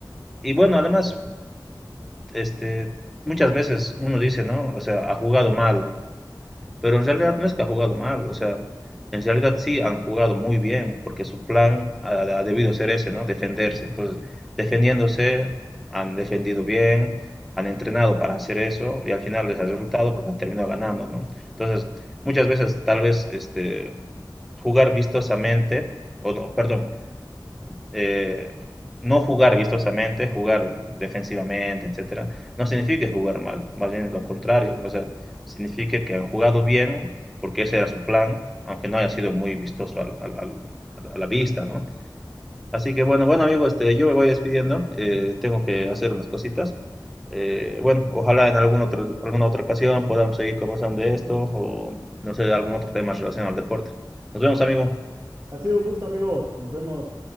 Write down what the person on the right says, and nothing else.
Ha sido un gusto, amigo. Nos vemos.